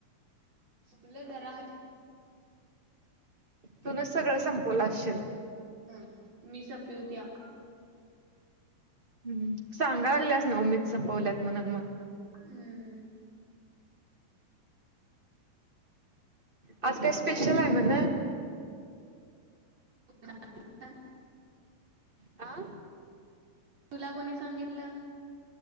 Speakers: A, on the right; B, on the right.
A: सुकल घरात.
B: तूनच सगळं संपवलं असशील.
A: हम. मी सपिवत्या. <inaudible>
B: हम्. सांगा लागल्यास नव मीच सपवल्यास म्हणून मग.
A: हम्म.
B: आज काय स्पेशल आहे म्हण.
A: <inaudible>
B: आ
A: तुला कोणी सांगितलं?